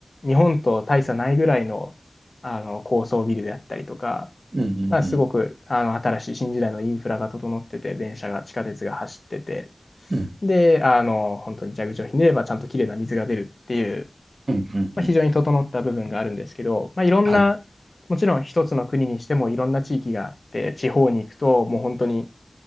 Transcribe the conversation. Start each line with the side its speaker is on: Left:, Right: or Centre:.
Left: 日本と大差ないぐらいの、あの高層ビルであったりとか、
Right: うん、うん、
Left: まあ、すごくあの新しい新時代のインフラが整ってて、
Right: うん、
Left: 電車が、地下鉄が走ってて、
Right: うん、
Left: で、あの、本当に蛇口をひねればちゃんときれいな水が出るっていう、
Right: うん、うん、うん。
Left: まあ、非常に整った部分があるんですけど、まあ、いろんな、
Right: はい。
Left: もちろん一つの国にしてもいろんな地域があって、地方に行くともう本当に